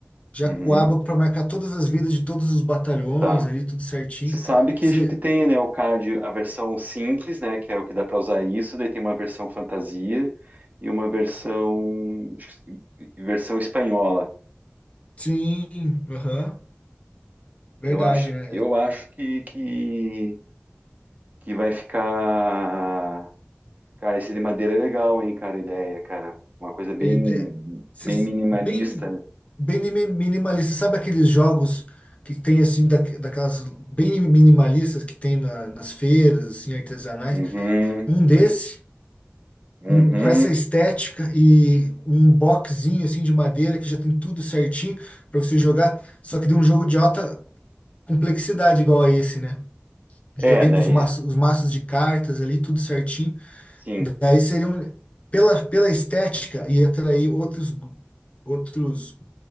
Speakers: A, on the left; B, on the right.
A: já
B: uhum,
A: com o ábaco para marcar todas as vidas de todos os batalhões
B: tá.
A: ali, tudo certinho.
B: Você sabe que
A: Se-
B: a gente tem, né, o CAD, a versão simples, né, que é o que dá para usar isso, daí tem uma versão fantasia e uma versão versão espanhola.
A: sim, aham, verdade,
B: Eu acho,
A: né?
B: eu acho que, que que vai ficar, cara, esse de madeira é legal, hein, cara, a ideia, cara, uma coisa bem
A: É, é, esses
B: bem minimalista.
A: bem,
B: né?
A: bem mini- minimalista. Sabe aqueles jogos que tem assim, da, daquelas bem minimalistas que tem na- nas feiras, assim, artesanais?
B: Uhum,
A: Um desse,
B: uhum.
A: um, com essa estética e um boxzinho assim de madeira que já tem tudo certinho para você jogar, só que de um jogo de alta complexidade igual a esse, né? Já
B: É,
A: vem
B: daí,
A: com os maços, os maços de cartas ali, tudo certinho.
B: sim,
A: Daí seria um, pela, pela estética e atrair outros outros